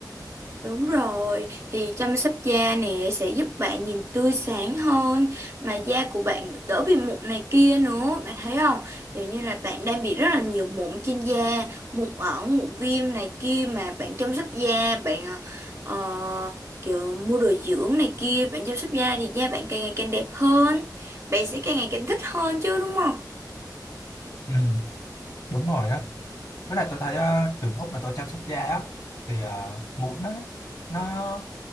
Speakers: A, on the right (about 40°); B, on the left (about 60°).
A: Đúng rồi, thì chăm sóc da nè sẽ giúp bạn nhìn tươi sáng hơn mà da của bạn đỡ bị mụn này kia nữa, bạn thấy không? Kiểu như là bạn đang bị rất là nhiều mụn trên da, mụn ẩn, mụn viêm này kia mà bạn chăm sóc da, bạn ờ, ờ, kiểu mua đồ dưỡng này kia, bạn chăm sóc da thì da bạn càng ngày càng đẹp hơn, bạn sẽ càng ngày càng thích hơn chứ đúng không?
B: Ừ, đúng rồi á. Với lại tôi thấy ờ, từ lúc mà tôi chăm sóc da á, thì ờ, mụn nó nó